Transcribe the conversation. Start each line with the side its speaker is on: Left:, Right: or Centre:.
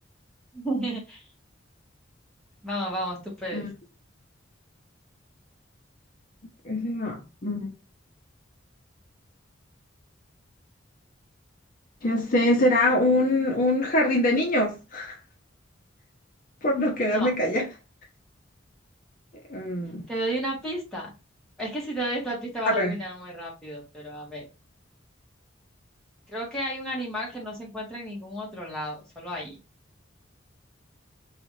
Centre: <laughs> Vamos, vamos, tú puedes.
Left: Mm, Ese no. Mm, Ya sé, será un, un jardín de niños, <laughs> por no quedarme
Centre: No,
Left: callada. Mm,
Centre: te doy una pista. Es que si te doy esta pista vas
Left: A
Centre: a
Left: ver.
Centre: adivinar muy rápido, pero a ver. Creo que hay un animal que no se encuentra en ningún otro lado, solo ahí.